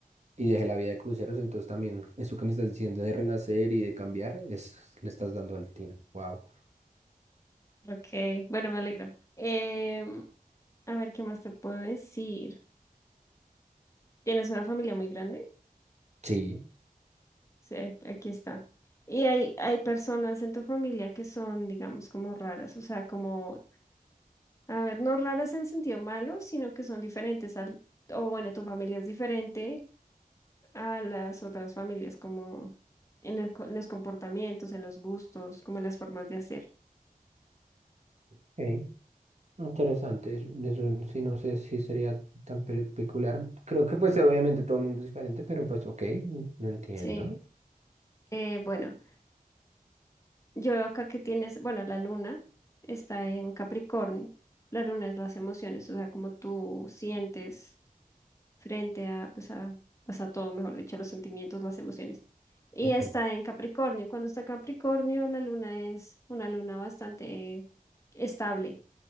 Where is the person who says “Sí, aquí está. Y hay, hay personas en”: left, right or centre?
Left